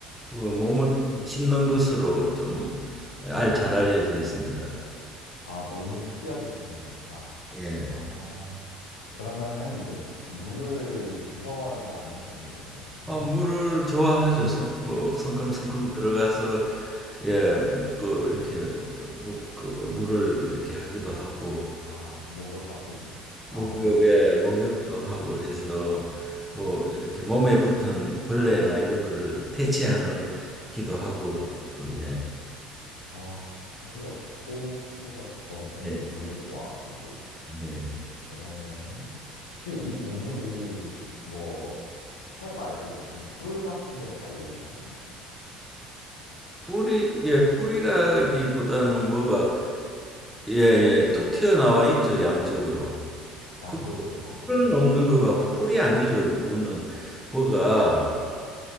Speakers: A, in the centre; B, on the left (about 80°).
A: 그 몸을 씻는 것으로 좀 알, 잘 알려져 있습니다.
B: 아, 몸을 특이하게 씻는다.
A: 예.
B: 아, 그러면은 이제 물을 무서워하지는 않는 동물인 거네요?
A: 아, 물을 좋아하죠. 성, 뭐, 성큼성큼
B: 물.
A: 들어가서, 예, 그, 이렇게, 물, 그, 물을 이렇게 하기도 하고,
B: 아, 목욕 같은.
A: 목욕에
B: 아,
A: 목욕도 하고 해서 뭐 이렇게 몸에 붙은 벌레나 이런 거를 퇴치하는 기도하고
B: 네.
A: 그러고 예.
B: 아, 털이 없고 피부가 두꺼운 편이고
A: 예.
B: 물을 좋아하고.
A: 네.
B: 그러면은 혹시 이 동물이 뭐 털 말고 무슨 뿔 같은 게 달려 있나요?
A: 뿌리 예, 뿌리라기보다는 뭐가 예, 예, 툭 튀어나와 있죠, 양쪽으로.
B: 양쪽으로요.
A: 그 뿔은 없는 것 같고 뿔이 아니죠. 그거는 뭐가